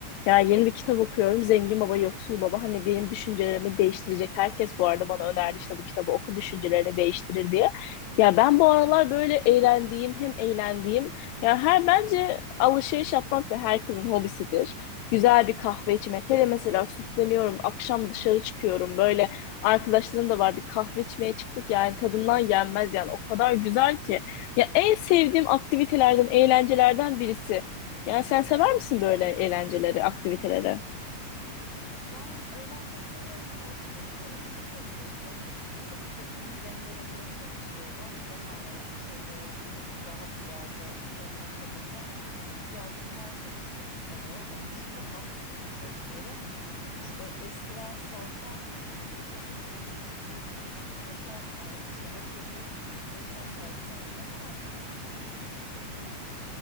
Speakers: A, on the left (about 80°); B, on the left (about 55°).
A: Yani yeni bir kitap okuyorum. Zengin Baba, Yoksul Baba. Hani benim düşüncelerimi değiştirecek. Herkes bu arada bana önerdi işte bu kitabı oku düşüncelerini değiştirir diye. Ya ben bu aralar böyle eğlendiğim hem eğlendiğim. Ya her bence alışveriş yapmak da herkesin hobisidir. Güzel bir kahve içmek. Hele mesela süsleniyorum. Akşam dışarı çıkıyorum. Böyle Arkadaşlarım da var bir kahve içmeye çıktık yani tadından yenmez yani o kadar güzel ki. Ya en sevdiğim aktivitelerden, eğlencelerden birisi. Yani sen sever misin böyle eğlenceleri, aktiviteleri?
B: Ya ben eğlenceyi seviyorum ama alışveriş tarafına pek yokum. Açıkçası tüketimimi dengelemeye çalışıyorum. Genel olarak çevreye e, daha duyarlı olmak adına hani bir ihtiyacım varsa çıkıp alıyorum. Onun dışında bakmamaya çalışıyorum. İşte eskiden sorsan işte shopping benim için bir yaşam, a, işte alışveriş benim için bir yaşam tarzı derdim ama artık demiyorum. <laughs>